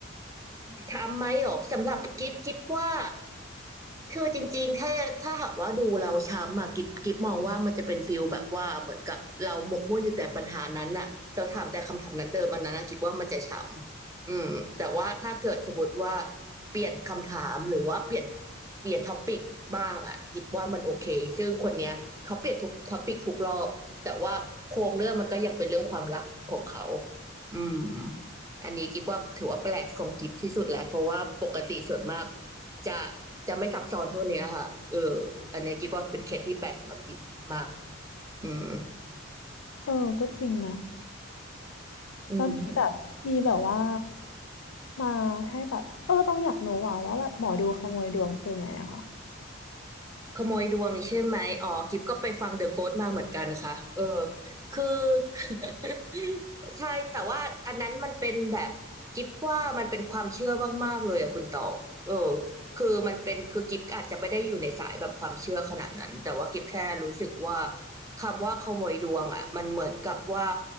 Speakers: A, on the right; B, on the left.
A: ทำไหมหรอสำหรับกิฟกิฟว่า คือจริงๆถ้าถ้าหากว่าดูเราช้ำอะกิฟกิฟมองว่ามันจะเป็นฟิลแบบว่าเหมือนกับเราหมกมุ่นอยู่แต่ปัญหานั้นน่ะเราถามแต่คำถามนั้นเดิมอันนั้นนะกิฟว่ามันจะช้ำอืมแต่ว่าถ้าเกิดสมมติว่าเปลี่ยนคำถามหรือว่าเปลี่ยนเปลี่ยนท็อปิกบ้างอะกิฟว่ามันโอเคซึ่งคนเนี้ยเขาเปลี่ยนทุกท็อปิกทุกรอบแต่ว่าโครงเรื่องมันก็ยังเป็นเรื่องความรักของเขาอืมอันนี้กิฟว่าถือว่าแปลกของกิฟที่สุดแหละเพราะว่าปกติส่วนมาก จะจะไม่ซับซ้อนเท่าเนี้ยค่ะเอออันเนี้ยกิ๊บว่าเป็นเคสที่แปลกสำหรับกิ๊บมากอืม
B: เออ ก็จริงนะ
A: อืม
B: แล้วมีแบบมีแบบว่ามาให้แบบเออต้องอยากรู้อ่ะว่าแบบหมอดูขโมยดวงคือไงอะคะ
A: ขโมยดวงใช่ไหมอ๋อกิฟก็ไปฟังเดอะโก s t มาเหมือนกันค่ะเออคือ <laughs> ใช่แต่ว่าอันนั้นมันเป็นแบบกิฟว่ามันเป็นความเชื่อมากๆเลยอะคุณตองเออคือมันเป็นคือกิฟอาจจะไม่ได้อยู่ในสายแบบความเชื่อขนาดนั้นแต่ว่ากิฟแค่รู้สึกว่าคำว่าขโมยดวงอะมันเหมือนกับว่า